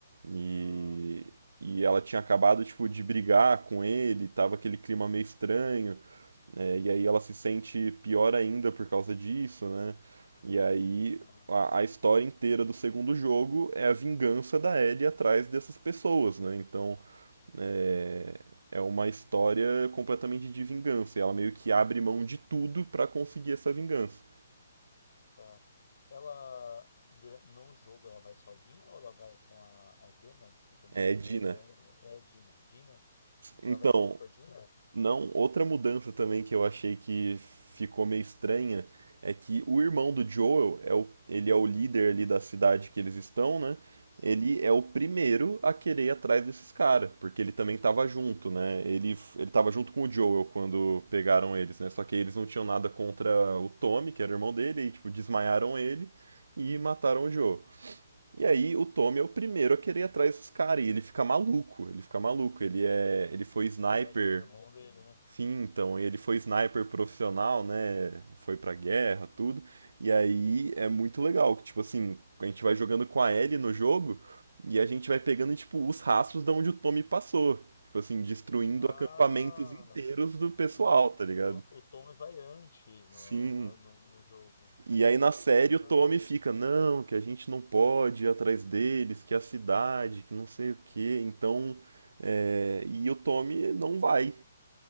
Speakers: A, on the right; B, on the left.
A: E
B: Nossa.
A: e ela tinha acabado, tipo, de brigar com ele, tava aquele clima meio estranho, né? E aí ela se sente pior ainda por causa disso, né? E aí
B: Ah.
A: a, a história inteira do segundo jogo é a vingança da Ellie atrás dessas pessoas, né? Então é, é uma história completamente de vingança. E ela meio que abre mão de tudo pra conseguir essa vingança.
B: Tá. Ela, dura- no jogo, ela vai sozinha ou ela vai com a, a Dena? Desculpa, eu não,
A: É, Dina.
B: é Dani, é Dina. Dina? Ela
A: Então,
B: vai junto com a Dina? É,
A: Não, outra mudança também que eu achei que ficou meio estranha é que o irmão do Joel é o, ele é o líder ali da cidade que eles estão, né?
B: Sim,
A: Ele
B: sim.
A: é o primeiro a querer ir atrás desses caras, porque ele também tava junto, né? Ele, ele tava junto com o Joel quando pegaram eles, né? Só que eles não tinham nada contra o Tommy, que era o irmão dele, e tipo, desmaiaram ele e mataram o Joel. E aí o Tommy é o primeiro a querer ir atrás desses caras, e ele fica maluco, ele fica maluco, ele é, ele foi sniper
B: Mas lógico, que é o irmão dele, dele. né?
A: Sim, então, e ele foi sniper profissional, né? Foi pra guerra, tudo. E aí é muito legal que, tipo assim, a gente vai jogando com a Ellie no jogo e a gente vai pegando, tipo, os rastros de onde o Tommy passou. Tipo assim, destruindo
B: Ah,
A: acampamentos inteiros do pessoal,
B: então o,
A: tá ligado?
B: o Tommy vai antes no,
A: Sim.
B: na- no, no jogo.
A: E aí na série
B: Ah,
A: o Tommy fica, não, que a gente não pode ir atrás deles, que é a cidade, que não sei o quê. Então, é... e o Tommy não vai